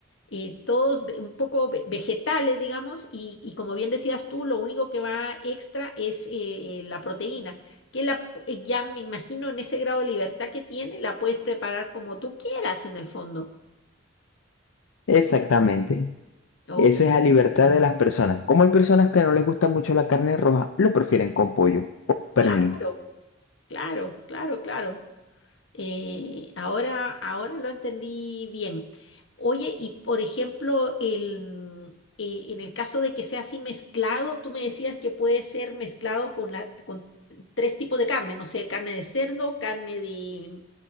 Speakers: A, on the left; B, on the left.
A: eh, todos ve- un poco ve- vegetales, digamos, y, y como bien decías tú, lo único que va extra es eh, eh, la proteína, que la, pu- eh, ya me imagino en ese grado de libertad que tiene, la puedes preparar como tú quieras en el fondo.
B: Exactamente.
A: Oh,
B: Eso es a libertad de las personas. Como hay personas que no les gusta mucho la carne roja, lo prefieren con pollo o pernil.
A: claro, claro, claro, claro. Eh, ahora, ahora lo entendí bien. Oye, y por ejemplo, el, mm, eh, en el caso de que sea así mezclado, tú me decías que puede ser mezclado con, la, con tres tipos de carne, no sé, carne de cerdo, carne de,